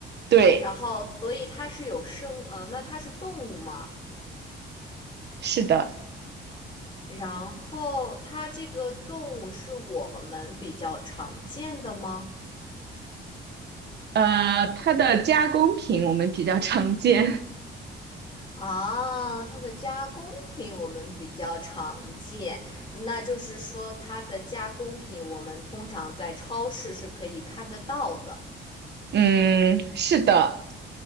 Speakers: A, on the right; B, on the left.
A: 对，
B: 然后所以它是有生，呃，那它是动物吗？
A: 是的，
B: 然后它这个动物是我们比较常见的吗？
A: 呃，它的加工品我们比较常见。
B: 啊，它的加工品我们比较常见，那就是说它的加工品我们通常在超市是可以看得到的
A: <laughs> 嗯，是的，